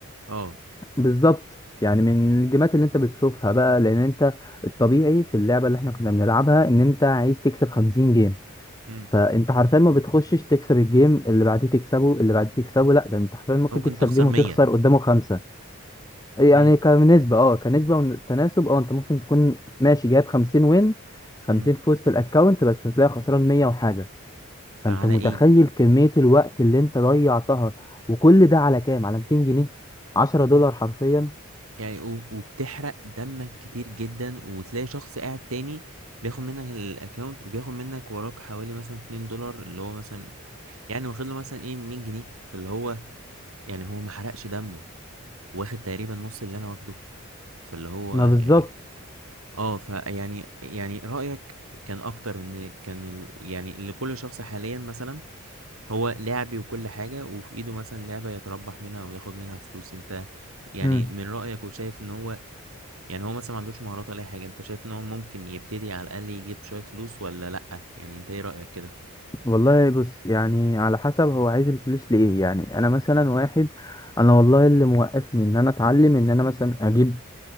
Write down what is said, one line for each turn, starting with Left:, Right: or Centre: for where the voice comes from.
Right: اه
Left: بالظبط يعني من الجيمات اللي انت بتشوفها بقى لان انت الطبيعي في اللعبه اللي احنا كنا بنلعبها ان انت عايز تكسب 50 جيم
Right: امم
Left: فانت حرفيا ما بتخشش تكسب الجيم اللي بعديه تكسبه اللي بعديه تكسبه لا ده انت حرفيا ممكن
Right: انت ممكن
Left: تكسب
Right: تخسر
Left: جيم
Right: 100
Left: وتخسر قدامه خمسه يعني
Right: امم
Left: كنسبه اه كنسبه وتناسب اه انت ممكن تكون ماشي جايب 50 وين 50
Right: امم
Left: فوز في الاكونت بس تلاقي خسران 100 وحاجه
Right: فعلى
Left: فانت متخيل
Right: ايه
Left: كميه الوقت اللي انت ضيعتها وكل ده على كام على 200 جنيه 10
Right: وب-
Left: دولار حرفيا
Right: يعني و- وبتحرق دمك كتير جدا وتلاقي شخص قاعد تاني بياخد منك الاكونت وبياخد منك وراك حوالي مثلا 2 دولار اللي هو مثلا يعني واخد له مثلا ايه 100 جنيه فاللي هو يعني هو ما حرقش دمه واخد تقريبا نص اللي انا واخده فاللي هو
Left: ما بالظبط
Right: يعني اه فيعني يعني يعني رأيك كان اكتر ان كان ال... يعني لكل شخص حاليا مثلا هو لعبي وكل حاجة وفي ايده مثلا لعبة يتربح منها وياخد منها فلوس انت يعني
Left: مم.
Right: من رأيك وشايف ان هو يعني هو مثلا ما عندوش مهارات ولا اي حاجة انت شايف ان هو ممكن يبتدي على الاقل يجيب شوية فلوس ولا لأ يعني انت ايه رأيك كده
Left: والله بص يعني على حسب هو عايز الفلوس لإيه يعني أنا مثلا واحد أنا والله اللي موقفني إن أنا أتعلم إن أنا مثلا أجيب